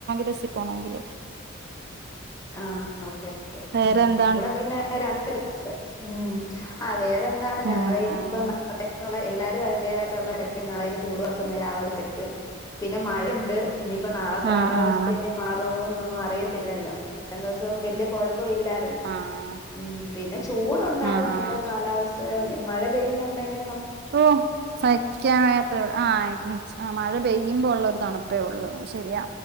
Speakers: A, on the right; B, on the left.
A: ബസിൽ പോണോങ്കിൽ
B: ആ ഓകെ ഓകെ
A: വേറെന്ത
B: ഇവിടെ പിന്നെ രണ്ട് <unintelligible> ആ വേറെന്താണ്
A: ഉം
B: ഞങ്ങൾ ഇനിപ്പോ
A: ഉം
B: എല്ലാരും അതിന്റേതായിട്ടുള്ള <unintelligible> പിന്നെ മഴണ്ട് ഇനിയിപ്പം നാളത്തെ കാലാവസ്ഥ
A: ആഹ് ആഹ്
B: ഇനി മാറൊന്നൊന്നും അറിയത്തില്ലല്ലോ ഇത്തം ദിവസം വെല്ല്യ കൊഴ പ്പം ഇല്ലായിരുന്നു
A: ആഹ്
B: ഉ പിന്നെ ചൂടുണ്ടായിരുന്നു
A: ആഹ്
B: ഇവിടെ
A: ആഹ്
B: കാലാവസ്ഥ മഴ പെയ്യുന്നുണ്ടെങ്കിൽ
A: ഓ സഹിക്കാ ആ ആ മഴ പെയ്യുമ്പോ ള്ള ഒരു തണുപ്പേ ഒള്ളൂ ശരിയാ